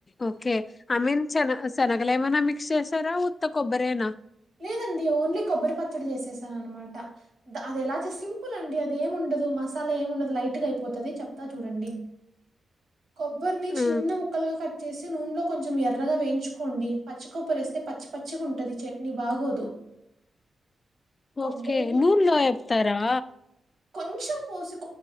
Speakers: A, on the left; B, on the right.
A: ఓకే ఐ మీన్ శన శనగలు ఏమైనా మిక్స్ చేసారా ఉత్త కొబ్బరేనా
B: లేదండి ఓన్లీ కొబ్బరి పచ్చడి చేసేసాను అనమాట అది ఎలా చే సింపుల్ అండి అది ఏమిండదు మసాలా ఏముండదు లైట్గా అయిపోతుది చెప్తా చూడండి కొబ్బరిని
A: ఆ,
B: చిన్న ముక్కలగా ఒక కట్ వచ్చేసి నూనెలో కొంచెం ఎర్రగా వేంచుకోండి పచ్చి కొబ్బరేస్తే పచ్చి పచ్చిగా ఉంటుంది చెట్ ని బాగోదు కొబ్బరిని
A: ఓకే నూర్లో చెప్తారా
B: కొంచం పోూసు